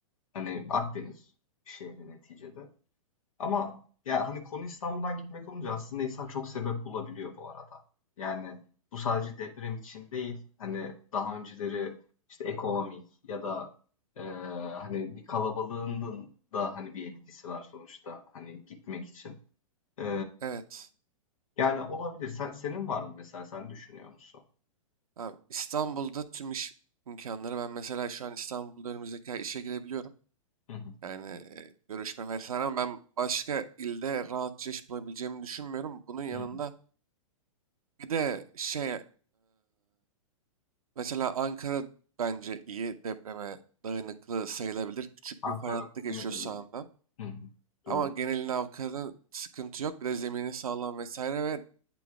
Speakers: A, on the left; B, on the right.
A: Hani Akdeniz şehri neticede. Ama ya hani konu İstanbul'dan gitmek olunca aslında insan çok sebep bulabiliyor bu arada. Yani bu sadece deprem için değil. Hani daha önceleri işte ekonomik ya da e, hani bir kalabalığının da hani bir etkisi var sonuçta hani gitmek için. E,
B: Evet.
A: yani olabilir. Sen, senin var mı mesela sen düşünüyor musun?
B: Abi, İstanbul'da tüm iş imkanları ben mesela şu an İstanbul'da önümüzdeki ay işe girebiliyorum.
A: Hı hı.
B: Yani e, görüşme vesaire ama ben başka ilde rahatça iş bulabileceğimi düşünmüyorum. Bunun yanında
A: Hı.
B: bir de şey e, mesela Ankara bence iyi depreme dayanıklı sayılabilir. Küçük
A: Ankara
B: bir fay hattı
A: Konya'da
B: geçiyor sağından.
A: öyle. Hı hı. Doğru.
B: Ama genelini avkadın sıkıntı yok. Bir de zemini sağlam vesaire ve